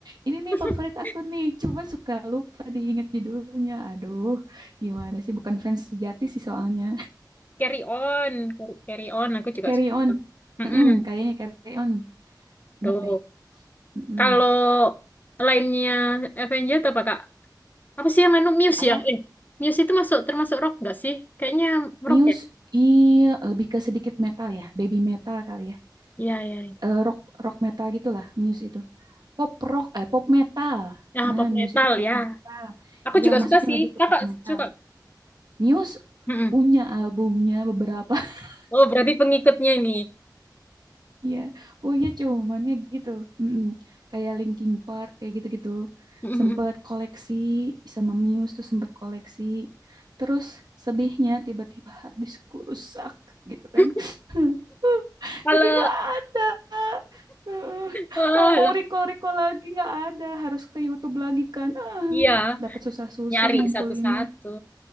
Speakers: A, on the right; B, on the left.
A: ini nih
B: <laughs>
A: favorit aku nih. Cuman suka lupa diingat judulnya. Aduh, gimana sih? Bukan fans sejati sih soalnya.
B: Carry on, carry on. Aku juga
A: Carry
B: suka.
A: on.
B: Mm-mm.
A: Mm-mm, kayaknya carry on.
B: Tuh,
A: Ingat deh. Mm-mm.
B: kalau lainnya Avenger apa kak? Apa sih yang anu Muse
A: Apa?
B: ya? Eh, Muse itu masuk termasuk rock nggak sih? Kayaknya rock
A: Muse.
B: ya.
A: Iya, lebih ke sedikit metal ya. Baby metal kali ya.
B: Iya, iya.
A: Eh, rock rock metal gitulah Muse itu. Pop rock, eh pop metal.
B: Ya
A: Nah,
B: pop
A: Muse
B: metal
A: itu pop
B: ya.
A: metal.
B: Aku
A: Iya,
B: juga
A: masuknya
B: suka sih.
A: lebih ke
B: Kakak
A: pop metal.
B: suka.
A: Muse
B: Mm-mm.
A: punya albumnya beberapa <laughs>
B: Oh, berarti pengikutnya ini.
A: ya punya cuman ya gitu Mm-mm. kayak Linkin Park kayak gitu-gitu
B: Mm-mm.
A: sempet koleksi sama Muse tuh sempet koleksi terus sedihnya tiba-tiba harddiskku rusak gitu kan
B: <laughs>
A: <laughs>
B: Kalau,
A: jadi nggak ada <laughs> Heeh.
B: oh,
A: mau mau
B: lah.
A: recall recall lagi nggak ada harus ke YouTube lagi kan ah,
B: iya,
A: dapat susah-susah
B: nyari
A: ngumpulinnya
B: satu-satu.